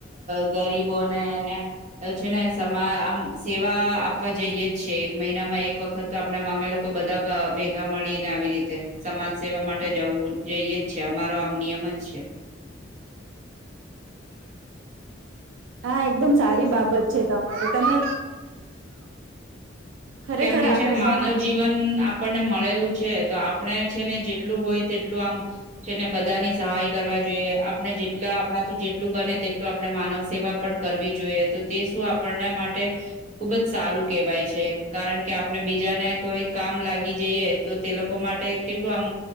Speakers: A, on the right; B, on the right.
A: અ ગરીબોનેને છે ને સમા આમ સેવા આપવા જઈએ છીએ, એક મહિનામાં એક વખત તો આપણા મામે લોકો બધા ભેગા મળીને, આવી રીતે, સમાજ સેવા માટે જવું જઈએ છીએ. અ આમ નિયમ જ છે.
B: હા એકદમ સારી બાબત છે તમારે તમે ખરેખર
A: કેમ કે
B: આપણે
A: છે ને
B: સમજ
A: માનવ જીવન આપણને મળેલું છે તો આપણે છે ને જેટલું હોય તેટલું આમ છે ને બધાની સહાય કરવા જોઈએ. આપણે જેટલા આપણાથી જે જેટલું બને તેટલું આપણે માનવ સેવા પન કરવી જોઈએ, તો તે સુ આપણને માટે ખુબ જ સારું કહેવાય છે. કારણ કે આપણે બી બીજાને કોઈ કામ લાગી જઈએ, તો તે લોકો માટે કેટલું આમ,